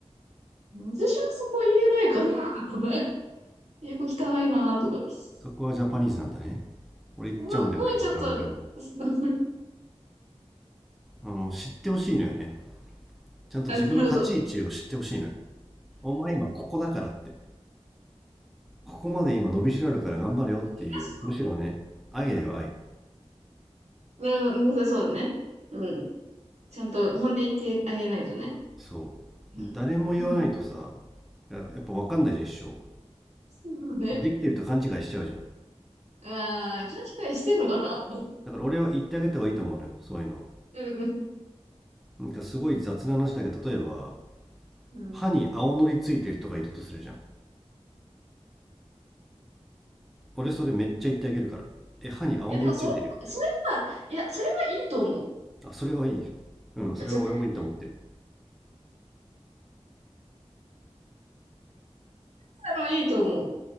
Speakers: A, on the right; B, in the centre.
A: 私はそこ言えないから。<laughs> 英語汚いなーとか。そ
B: そこはジャパニーズなんだね。俺言っちゃうんだよね、
A: こはちょっと、
B: ガンガン。
A: <laughs>
B: あの、知ってほしいのよね。ちゃんと自分の立ち位置を知ってほしいのよ。
A: なるほど。
B: お前今ここだからって。ここまで今伸びしろあるから頑張れよっていう。
A: <laughs>
B: むしろね、愛だよ、愛。
A: うんそうだね。うん。ちゃんと本音言ってあげないとね。
B: そう。
A: うん。
B: 誰も言わないとさ、
A: うん
B: ややっぱ分かんないじゃん、一生。
A: そうだね。
B: できてると勘違いしちゃうじゃん。
A: ああ、勘違いしてんのかな。
B: だから俺は言ってあげた方がいいと思うのよそういうの
A: うん。
B: なんかすごい雑な話だけど例えば
A: うん。
B: 歯に青のりついてる人がいるとするじゃん
A: い
B: 俺それめっちゃ言ってあげるからえ歯に青のりついてるよって
A: や、でもそれ、それは、いや、それはいいと思う。
B: あそれはいいうんそれは俺もいいと思ってる
A: それは、あの、いいと思う。